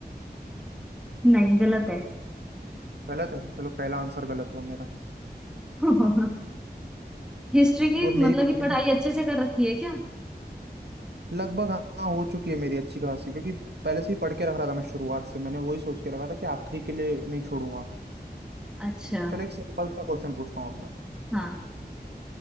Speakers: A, in the centre; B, on the right.
A: नहीं गलत है
B: गलत है चलो पहला आंसर गलत हुआ मेरा
A: <laughs> हिस्ट्री की
B: वो मेरी
A: मतलब
B: बारी
A: कि पढ़ाई
B: है ना
A: अच्छे से कर रखी है क्या
B: लगभग हाँ हो चुकी है मेरी अच्छी खासी क्योंकि पहले से ही पढ़ के रख रहा था मैं शुरुआत से मैंने वही सोच के रखा था कि आखिरी के लिए नहीं छोड़ूंगा
A: अच्छा
B: चलो एक सिंपल सा क्वेश्चन पूछता हूँ अब मैं
A: हाँ